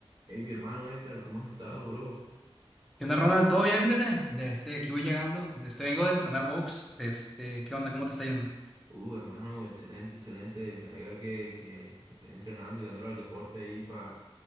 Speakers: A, on the right; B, in the centre.
A: Hey, mi hermano Edgar, ¿cómo has estado, bro?
B: ¿Qué onda, Ronald? ¿Todo bien? Fíjate, de este, aquí voy llegando. De este, vengo de entrenar box. De este, ¿qué onda? ¿Cómo te está yendo?
A: Uh, hermano, excelente, excelente. Me alegra que, que estés entrenando y dándole al deporte ahí para